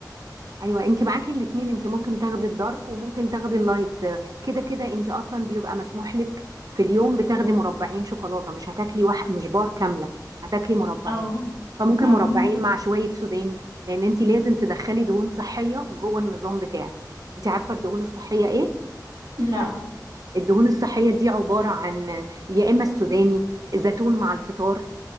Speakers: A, on the right (about 55°); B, on the right (about 80°).
A: ايوه انت معاكي الاتنين انت ممكن تاخدي الدارك وممكن تاخدي اللايت كده كده انت اصلا بيبقى مسموح لك في اليوم بتاخدي مربعين شوكولاته مش هتاكلي واحد مش بار كامله هتاكلي مربعين
B: اه
A: فممكن
B: اه
A: مربعين مع شويه سوداني لان انت لازم تدخلي دهون صحيه جوه النظام بتاعك انت عارفه الدهون الصحيه ايه
B: لا
A: الدهون الصحيه دي عباره عن يا اما السوداني زيتون مع الفطار